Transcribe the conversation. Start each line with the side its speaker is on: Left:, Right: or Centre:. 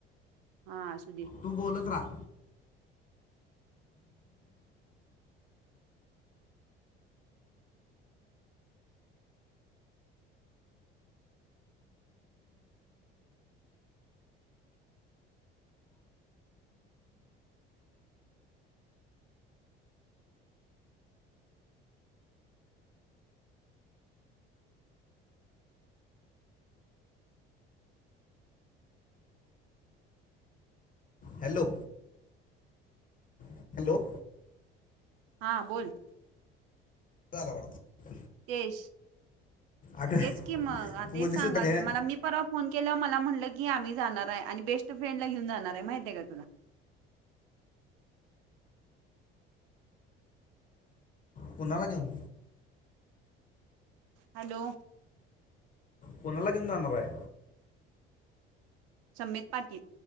Right: हा. दे
Left: तू बोलत राहा. हॅलो. हॅलो
Right: हा बोल.
Left: झाला वाटतं.
Right: तेश.
Left: अगं
Right: तेच कि मग आता
Left: पोलीस
Right: तेच सांगाल
Left: होता काय
Right: मला मी परवा फोन केला मला म्हटलं की आम्ही जाणार आहे आणि बेस्ट फ्रेंड ला घेऊन जाणार आहे माहितय आहे का तुला.?
Left: कुणाला घेऊन.?
Right: हॅलो.
Left: कोणाला घेऊन जाणार हाय?
Right: सम्येत पाटोल.